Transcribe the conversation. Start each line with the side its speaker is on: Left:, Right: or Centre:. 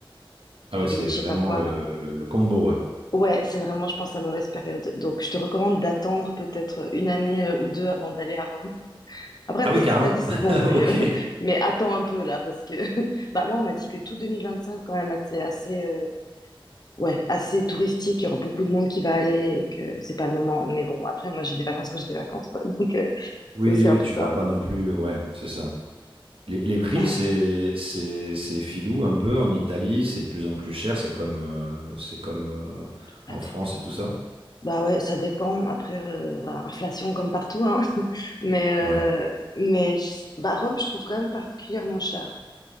Right: Ah
Left: un jubilé
Right: ouais, c'est
Left: de je
Right: vraiment
Left: sais pas quoi
Right: le,
Left: là.
Right: le, le combo, ouais.
Left: Ouais, c'est vraiment je pense la mauvaise période. Donc je te recommande d'attendre peut-être une année euh, ou deux avant d'aller à Rome. Après,
Right: Ah
Left: le
Right: oui,
Left: reste
Right: carrément.
Left: d'Italie, c'est bon,
Right: <laughs>
Left: mais,
Right: Ok.
Left: euh, <laughs> mais attends un peu là, parce que <laughs> bah, moi, on m'a dit que tout 2025, quand même, là, c'est assez, euh, ouais, assez touristique. Il y aura beaucoup de monde qui va aller et que c'est pas le moment. Mais bon, après, moi, j'ai des vacances quand j'ai des vacances, quoi. <laughs> Donc, euh,
Right: Oui,
Left: c'est aussi
Right: oui,
Left: un peu
Right: tu
Left: ça.
Right: vas pas non plus, ouais, c'est ça. Les, les prix,
Left: Bah
Right: c'est,
Left: ouais,
Right: c'est, c'est filou un peu en Italie, c'est de plus en plus cher, c'est comme, euh, c'est comme euh,
Left: ça
Right: en
Left: dépend.
Right: France et tout ça.
Left: Bah ouais, ça dépend. Après, euh, bah, inflation comme partout, hein. <laughs> Mais, euh,
Right: Ouais,
Left: mais je- bah, Rome, je trouve quand même particulièrement cher.